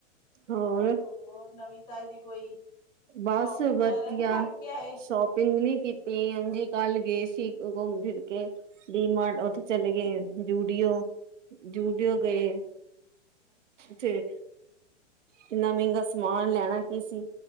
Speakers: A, on the right; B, on the left.
A: ਹੋਏ
B: ਹੋਰ, ਨਵੀਂ-ਤਾਜ਼ੀ ਕੋਈ?
A: ਬਸ,
B: ਸ਼ੋਪਿੰਗ
A: ਵਧੀਆ
B: ਵਗੈਰਾ ਨਹੀਂ ਕਰਕੇ ਆਏ
A: ਸੋਪ ਪਿੰਗਨੀ ਕੀਤੀ, ਅਂਜੀ ਕੱਲ ਗਏ ਸੀ, ਘੁੰਮ- ਫਿਰ ਕੇ ਡੀਮਾਰਟ, ਉੱਥੇ ਚਲੇ ਗਏ, ਜੂਡੀਓ ਜੂਡੀਓ
B: ਹਾਂਜੀ
A: ਗਏ
B: ਅੱਛਾ
A: ਥੇ ਕਿੰਨਾ ਮਹਿੰਗਾ ਸਮਾਨ ਲੈਣਾ ਕੀ ਸੀ?